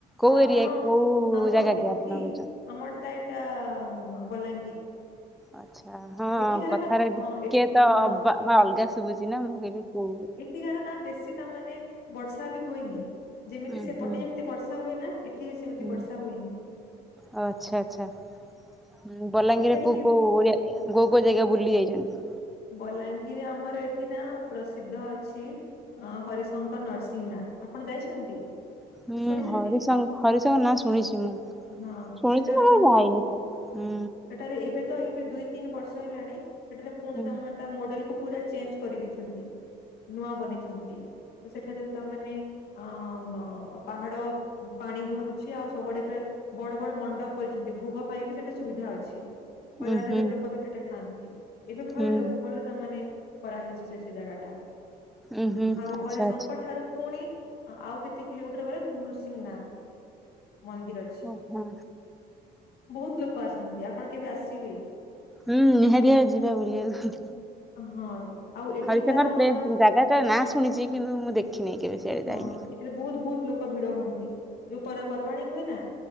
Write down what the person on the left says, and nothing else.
ଆପଣ
ଆମ
ଏଠି
ଆମରଟା ଏଇଟା ବଲାଙ୍ଗୀର।
ଏଠିକାର
ନା
ହଁ ଏ
ହଁ
ଏଠିକାରର ନା ବେଶୀ ତା ମାନେ ବର୍ଷା ବି ହୁଏନି। ଯେମିତି
ସେପଟେ
ଯେମିତି ବର୍ଷା ହୁଏ ନା ଟିକେ ସେମିତି
ବର୍ଷା ହୁଏନି।
ଟିକେ ଟିକେ
ବଲାଙ୍ଗିର ଆମର ଏଠି ନା ପ୍ରସିଦ୍ଧ ଅଛି ଅଁ ହରିଶଙ୍କର ନରସିଂହନାଥ ଆପଣ ଯାଇଛନ୍ତି?
ଶୁଣିଛନ୍ତି?
ହଁ
ସେଟା
ବହୁତ
ସେଠାରେ ଏବେ ତ ଏବେ ଦୁଇ ତିନି ବର୍ଷ ହେଲାଣି ସେଠାରେ ପୁଣି
ତାମାନେ ତା ମଡେଲକୁୁ ପୁରା ଚେଞ୍ଜ କରିଦେଇଛନ୍ତି ନୂଆ ବନେଇଛନ୍ତି। ତ ସେଠାରେ ତାମାନେ ଅ ପାହାଡ ପାଣି ଝରୁଛି। ଆଉ ସବୁଆଡେ ପୁରା ବଡ ବଡ ମଣ୍ଡପ କରିଛନ୍ତି। ଭୋଗ ପାଇଁ ବି ସେଠି ସୁବିଧା ଅଛି। ହଜାର
ହଜାର ଲୋକ ବି ସେଇଟା ଖାଆନ୍ତି। ଏବେ ଭଲ
ଲୋ ଭଲ ତାମାନେ କରାହେଇଛି। ସେ ସେ ଜାଗାଟା
ଆଉ
ହରିଶଙ୍କର
ଠାରୁ ପୁଣି ଆଉ କେତେ କିଲୋମିଟର ଗଲେ ନୃସିଂହନାଥ ମନ୍ଦିର ଅଛି।
ବହୁତ ଲୋକ ଆସନ୍ତି। ଆପଣ କେବେ ଆସିବେ?
ହଁ। ଆଉ ଏଠିକାର
ଆମର
ହଁ,
ଏଠାରେ ବହୁତ ବହୁତ ଲୋକ ଭିଡ ହୁଅନ୍ତି। ଯୋଉପର୍ବାଣୀ ହୁଏ ନା